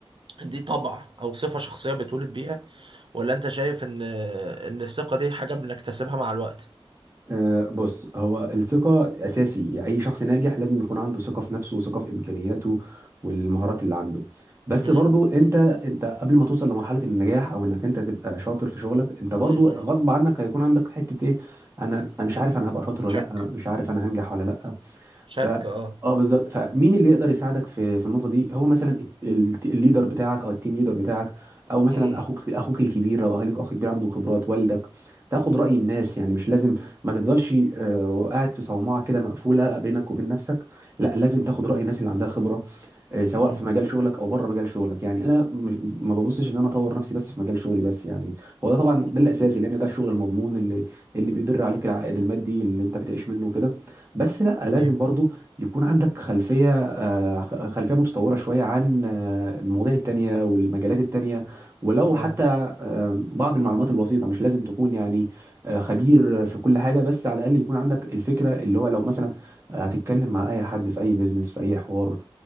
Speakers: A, on the right; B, on the right.
A: دي طبع او صفة شخصية بيتولد بيها ولا انت شايف ان ان الثقة دي حاجة بنكتسبها مع الوقت
B: أه بص هو الثقه اساسي يعني اي شخص ناجح لازم يكون عنده ثقه في نفسه وثقه في امكانياته والمهارات اللي عنده بس
A: مم.
B: برضو انت انت قبل ما توصل لمرحله النجاح او انك انت تبقى شاطر في شغلك انت برضو
A: مم. مم.
B: غصب عنك هيكون عندك حته ايه انا أنا مش عارف انا هبقى شاطر ولا
A: شك
B: لا انا مش عارف انا هنجح ولا لا ف
A: شك اه
B: اه بالظبط فمين اللي يقدر يساعدك في في النقطه دي هو مثلا الت- الت- الليدر بتاعك او التيم ليدر بتاعك او مثلا
A: مم.
B: اخوك اخوك الكبير لو اهلك اخ كبير عنده خبرات والدك تاخد راي الناس يعني مش لازم ما تفضلش آه، قاعد في صومعه كده مقفوله بينك وبين نفسك لا لازم تاخد راي الناس اللي عندها خبره آه، سواء
A: مم.
B: في مجال شغلك او بره مجال شغلك يعني انا مش ما ببصش ان انا اطور نفسي بس في مجال شغلي بس يعني هو ده طبعا
A: مم.
B: ده الاساسي لان ده الشغل المضمون اللي اللي بيدر عليك العائد المادي اللي انت بتعيش منه كده بس لا لازم
A: ايوه
B: برضو يكون عندك خلفية آه، خ- خلفية متطورة شوية عن آه، المواضيع التانية والمجالات التانية ولو
A: اه
B: حتى آه، بعض المعلومات البسيطة مش لازم تكون يعني آه، خبير في كل حاجة بس على الأقل يكون عندك الفكرة اللي هو لو مثلا هتتكلم مع أي حد في أي بيزنس في أي حوار